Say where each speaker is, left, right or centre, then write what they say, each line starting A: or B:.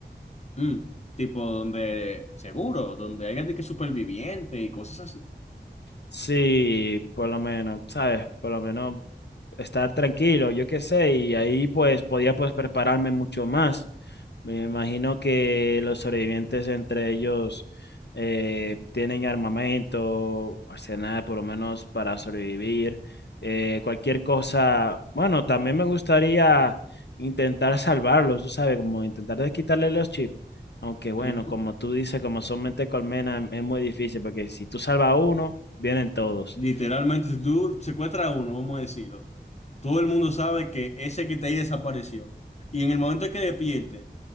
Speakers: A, on the left (about 40°); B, on the left (about 70°).
A: Mm, tipo donde, seguro, donde hay gente que superviviente y cosas así.
B: Sí, por lo menos, ¿sabes? Por lo menos estar tranquilo, yo qué sé, y ahí pues podía pues prepararme mucho más. Me imagino que los sobrevivientes entre ellos eh, tienen armamento, arsenal por lo menos para sobrevivir, eh, cualquier cosa. Bueno, también me gustaría intentar salvarlos, tú sabes, como intentar de quitarle los chips. Aunque bueno,
A: Ujú.
B: como tú dices, como son mente colmena, es muy difícil porque si tú salvas a uno, vienen todos.
A: Literalmente, si tú secuestras a uno, vamos a decirlo, todo el mundo sabe que ese que está ahí desapareció. Y en el momento que despierte,